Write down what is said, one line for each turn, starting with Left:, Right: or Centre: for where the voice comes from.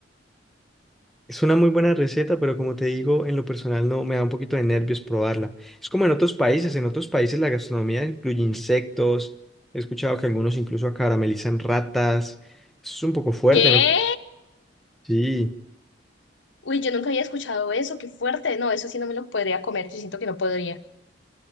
Centre: Es una muy buena receta, pero como te digo, en lo personal no me da un poquito de nervios probarla. Es como en otros países, en otros países la gastronomía incluye insectos. He escuchado que algunos incluso caramelizan ratas. Eso es un poco fuerte,
Left: ¿Qué?
Centre: ¿no? Sí.
Left: Uy, yo nunca había escuchado eso, qué fuerte. No, eso sí no me lo podría comer, yo siento que no podría.